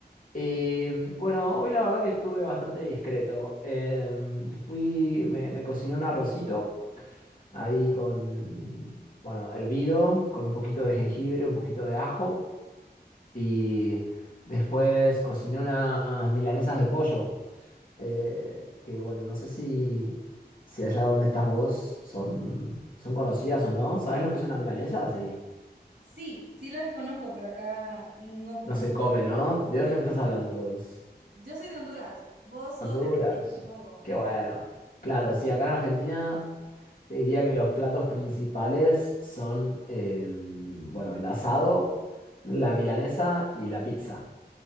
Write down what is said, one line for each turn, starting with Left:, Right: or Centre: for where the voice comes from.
Left: Y mm, bueno, hoy la verdad que estuve bastante discreto. Em, fui, me, me cociné un arrocito ahí con, bueno, hervido, con un poquito de jengibre, un poquito de ajo. Y después cociné unas milanesas de pollo. eh, que bueno, no sé si, si allá donde estás vos son, son conocidas o no. ¿Sabes lo que es una milanesa? Sí.
Right: Sí, sí las conozco, pero acá no comemos.
Left: No se come, ¿no? ¿De
Right: Sí,
Left: dónde me estás
Right: casi
Left: hablando
Right: no.
Left: vos?
Right: Yo soy de Honduras, vos
Left: Honduras.
Right: sos de Argentina, supongo.
Left: Qué bueno. Claro, sí, acá en Argentina te diría que los platos principales son, em, bueno, el asado, la milanesa y la pizza.